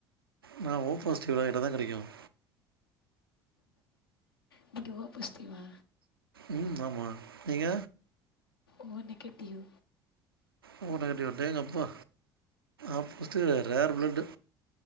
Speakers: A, on the right; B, on the left.
A: நான் ஓ பாசிட்டிவ்லா என்ன தான் கடி க்கும்
B: நீங்க ஓ பாஸ்டியு வா
A: உம் ஆமா நீங்க
B: ஓ நெகட்டிவு
A: ஓ நெகட்டிவ்வா அடேங்கப்பா ஆப்புஸ்ட் ரேர் பிளட்டு